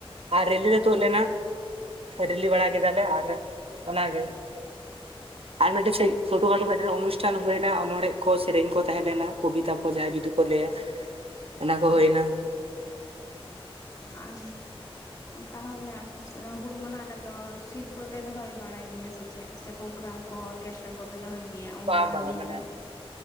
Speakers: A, on the right; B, on the left.
A: ᱟᱨ ᱨᱮᱞᱤ
B: ᱚ
A: ᱛᱩᱫ ᱞᱮᱱᱟ ᱨᱮᱞᱤ ᱵᱟᱲᱟ <unintelligible> ᱟᱞᱮ ᱟᱨ ᱚᱱᱟᱜᱮ ᱟᱨ ᱢᱤᱫᱴᱮᱱ ᱪᱷᱳᱴᱳ ᱢᱳᱴᱳ ᱢᱤᱫᱴᱟᱝ ᱚᱱᱩᱥ ᱴᱷᱮᱱ ᱦᱩᱭᱱᱟ ᱚᱱᱚᱲᱦᱮ ᱠᱚ ᱥᱮᱨᱮᱧ ᱠᱚ ᱛᱟᱦᱮᱸ ᱞᱮᱱᱟ ᱠᱚᱵᱤᱛᱟ ᱠᱚ ᱡᱟᱦᱟᱸᱭ ᱡᱩᱫᱤ ᱠᱚ ᱞᱟᱹᱭᱟ ᱚᱱᱟ
B: ᱚ
A: ᱠᱚ ᱦᱩᱭᱱᱟ
B: ᱟᱨ ᱛᱟᱦᱚᱞᱮ ᱟᱯᱮ ᱥᱮ ᱦᱩᱞ ᱢᱟᱦᱟ ᱨᱮᱫᱚ ᱥᱤᱨᱯᱟᱹ ᱯᱮ ᱫᱚᱦᱚᱭ ᱵᱟᱲᱟᱭ ᱜᱮᱭᱟ ᱥᱤ ᱪᱮᱜ ᱥᱮ ᱯᱨᱳᱜᱨᱟᱢ ᱠᱚ ᱚᱨ ᱪᱮᱫ ᱠᱚᱯᱮ ᱫᱚᱦᱚᱭ ᱜᱮᱭᱟ ᱩᱱ
A: ᱵᱟᱝ
B: ᱞᱮᱠᱟᱱ
A: ᱵᱟᱝ
B: ᱫᱤᱱ
A: ᱢᱟᱱᱮ
B: ᱨᱮ